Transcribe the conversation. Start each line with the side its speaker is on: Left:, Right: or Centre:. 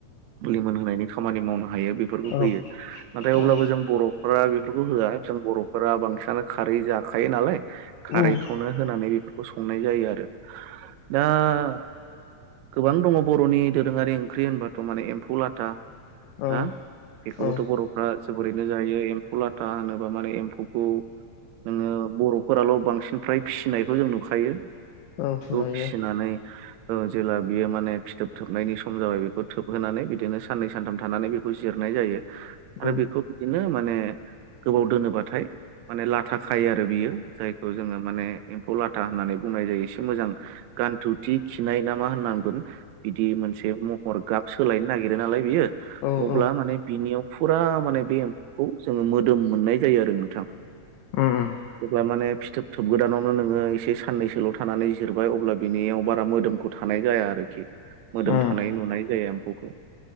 Right: लिमोन होनायनि खामानि मावनो हायो बेफोरखौ होयो
Left: औ
Right: नाथाय अब्लाबो
Left: औ
Right: जों बर'फोरा होआ जों बर'फोरा बांसिनानो खारै जाखायो नालाय खारैखौनो
Left: उम
Right: होनानै बेफ संनाय जायो आरो दा गोबां दङ बर'नि दोरोङारि ओंख्रि होनबाथ' माने एम्फौ लाथा
Left: औ
Right: ना बेखौबोथ'
Left: औ
Right: बर'फ्रा जोबोरैनो जायो एम्फ फौ लाथा होनोबा माने एम्फौखौ नोङो बर'फोराल' बांसिन फ्राय फिसिनायखौ जों नुखायो
Left: औ
Right: खौ
Left: नुयो
Right: फिसिनानै ओ जेला बियो माने फिथोब थोबनायनि सम जाबाय बेखौ थोबहोनानै बिदिनो साननै सानथाम थानानै बेखौ जिरनाय जायो आरो
Left: उम
Right: बेखौ बिदिनो माने गोबाव दोनोबाथाय माने लाथा खायो आरो बियो जायखौ जोङो माने एम्फौ ला था होननानै बुंनाय जायो एसे मोजां गानथु खिनाय ना मा होननांगोन बिदि मोनसे महर गाब सोलायनो नागिरो नालाय बियो
Left: औ
Right: अब्ला
Left: औ
Right: माने बिनियाव फुरा माने बे एम्फौखौ जोङो मोदोम मोननाय जायो आरो नोंथां
Left: उम उम
Right: जेब्ला माने फिथोब थोब गोदानावनो नोङो एसे साननैसोल' थानानै जिरबाय अब्ला बिनियावबा मोदोमखौ थानाय जाया आरोखि मोदोम
Left: उम
Right: थानाय नुनाय जाया एम्फौखौ